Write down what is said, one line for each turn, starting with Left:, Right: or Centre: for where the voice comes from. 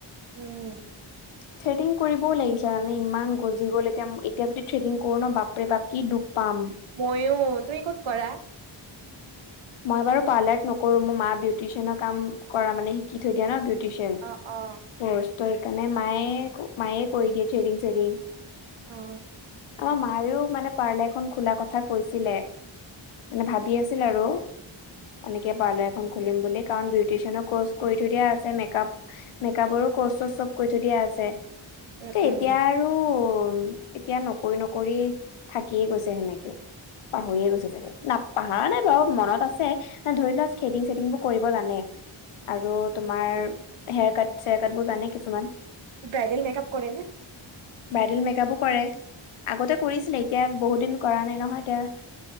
Right: উম।
Left: থ্ৰেডিং কৰিবও লাগিছিল মানে ইমান গজি গ'ল এতিয়া এতিয়া যদি থ্ৰেডিং কৰো ন বাপৰে বাপ কি দোষ পাম।
Right: মইয়ো, তুমি ক'ত কৰা?
Left: মই বাৰু পাৰ্লাৰত নকৰো মোৰ মা বিউটিচিয়ানৰ কাম কৰা মানে শিকি থৈ দিয়া ন, বিউ চিয়ান
Right: অ অ
Left: কোৰ্চ, ত সেইকাৰণে মায়ে মায়ে কৰি দিয়ে থ্ৰেডিং চ্ৰেডিং।
Right: অঁ।
Left: আমাৰ মায়েও মানে পাৰ্লাৰ এখন খোলা কথা কৈছিলে, মানে ভাবি আছিল আৰু। এনেকে পাৰ্লাৰ এখন খুলিম বুলি, কাৰণ বিউটিচিয়ানৰ কৰ্চ কৰি থৈ দিয়া আছে মেকআপ মেকাপৰো কৰ্চ চৰ্চ চব কৈ থৈ দিয়া আছে,
Right: উম
Left: এতিয়া
Right: উম
Left: আৰু এতিয়া নকৰি নকৰি থাকিয়ে গৈছে সেনেকে। পাহৰিয়ে গৈছে চাগে? না পাহাৰ নাই বাৰু মনত আছে আছে, অঁ ধৰি লোৱা থ্ৰেডিং চ্ৰেডিংবোৰ কৰিব জানে আৰু তোমাৰ হেয়াৰ কাট চেয়াৰ কাট বোৰ জানে কিছুমান।
Right: ব্ৰাইডেল মেকআপ কৰে নে?
Left: ব্ৰাইডেল মেকাপো কৰে, আগতে কৰিছিলে এতিয়া বহুত দিন কৰা নাই নহয় এতিয়া,